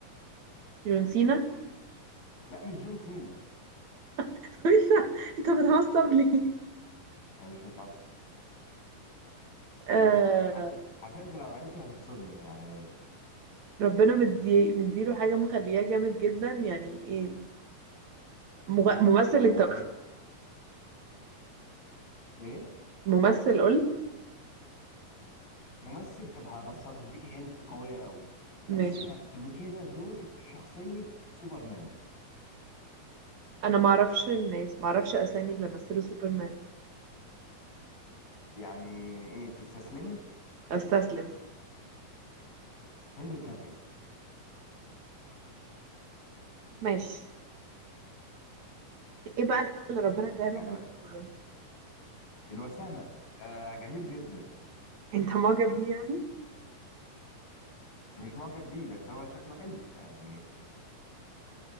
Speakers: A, on the right; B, on the left.
A: جون سينا <laughs>
B: لا مش جون سينا
A: طب انت انت بتعصب ليه
B: انا مش متعصب
A: آه
B: حرف حرفيا انت لو عرفتي هتتصدمي يعني
A: ربنا مدي مديله حاجة مخلياه جامد جدا يعني ايه مغ- ممثل
B: او
A: انت
B: بلا ايه
A: ممثل قلت
B: ممثل طب هبص هديكي هنت قويه قوي مثل
A: ماشي
B: قبل كده دور شخصيه سوبرمان
A: انا معرفش الناس معرفش اسامي اللي مثلوا سوبرمان
B: يعني ايه تستسلمي
A: استسلم
B: هنري كافيل
A: ماشي ايه بقى الحاجة اللي ربنا اداها له
B: يعني
A: مميزة
B: الوسامه ده جميل جدا
A: انت معجب بيه يعني
B: مش معجب بيه بس هو شكله حلو يعني